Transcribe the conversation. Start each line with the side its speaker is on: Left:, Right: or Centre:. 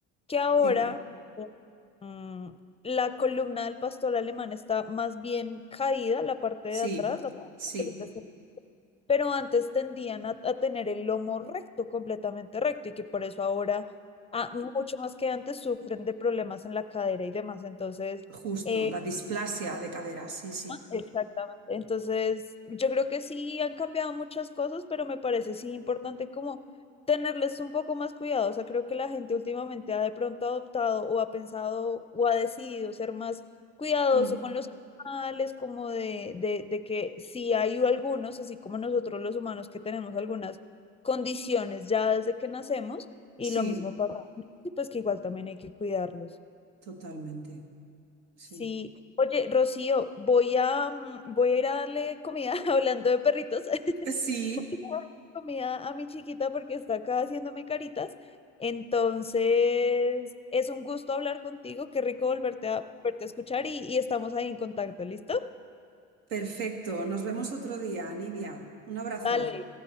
Left: que ahora
Right: sí.
Left: Mm, La columna del pastor alemán está más bien caída, la parte
Right: Sí,
Left: de atrás, la parte
Right: sí,
Left: solita está- pero antes tendían a, a tener el lomo recto, completamente recto, y que por eso ahora, ah, mucho más que antes, sufren de problemas en la cadera y demás. Entonces,
Right: justo,
Left: eh,
Right: la displasia de cadera, sí, sí.
Left: Exactamente. Entonces, yo creo que sí han cambiado muchas cosas, pero me parece sí importante como tenerles un poco más cuidado. O sea, creo que la gente últimamente ha de pronto adoptado o ha pensado o ha decidido ser más cuidadoso
Right: Mm,
Left: con los animales, como de, de, de que si hay algunos, así como nosotros los humanos que tenemos algunas condiciones ya desde que nacemos, y
Right: sí,
Left: lo mismo pasa, y pues que igual también hay que cuidarlos.
Right: totalmente, sí.
Left: Sí, oye, Rocío, voy a, mm, voy a ir a darle comida, <laughs> hablando de perritos, <laughs>
Right: Eh, Sí,
Left: voy a darle comida a mi chiquita porque está acá haciéndome caritas. Entonces, es un gusto hablar contigo, qué rico volverte a, volverte a escuchar y, y estamos ahí en contacto, ¿listo?
Right: perfecto. Nos vemos otro día, Nidia. Un abrazo.
Left: Dale,